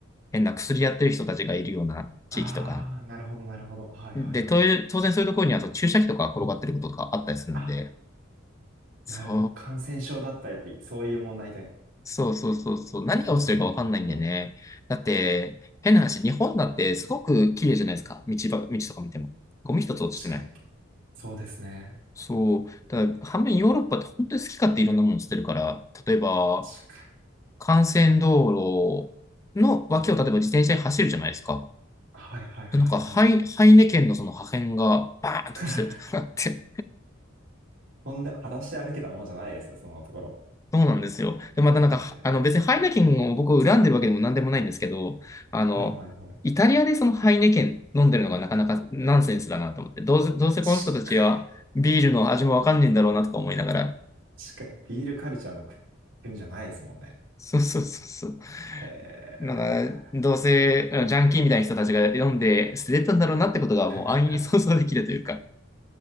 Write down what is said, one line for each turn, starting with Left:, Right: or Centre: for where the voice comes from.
Left: 変な薬やってる人たちがいるような地域とか。
Right: ああー、なるほど、なるほど。はいはいはい。
Left: で、という当然そういうところにはその注射器とか転がってることとかあったりするんで、
Right: あ
Left: そ、
Right: なるほど。感染症だったり、そういう問題で。
Left: そうそうそうそう。何が落ちてるかわかんないんでね。
Right: なるほど、なるほど。
Left: だって、変な話、日本だってすごく綺麗じゃないですか。道ば、道とか見ても。ゴミ一つ落ちてない。
Right: 確かに。そうですね。
Left: そう。ただ反面ヨーロッパって本当に好き勝手いろんなもの捨てるから、例えば、
Right: 確かに。
Left: 幹線道路の脇を例えば自転車に走るじゃないですか。
Right: はい、はい、はい、
Left: でなんか、
Right: はい。
Left: ハイ、ハイネケンのその破片がバーンと落ちてるとかあって、
Right: <laughs> ほんで、裸足で歩けたものじゃないですよ、そのところ。
Left: そうなんですよ。で、またなんか、
Right: えー、
Left: あの別にハイネケンを僕を恨んでるわけでも何でもないんですけど、あの、
Right: はい、はい、はい。
Left: イタリアでそのハイネケン飲んでるのがなかなかナンセンスだなと思って、どうせ、どうせこの人たちはビールの味もわかんねえんだろうなとか思いながら、
Right: 確か、確かに、ビールカルチャーの国国じゃないですもんね。
Left: <laughs> そうそうそうそう。
Right: へえ
Left: なんか、どうせあのジャンキーみたいな人たちが飲んで捨ててたんだろうなってことがもう安易に想像できるというか、
Right: <laughs>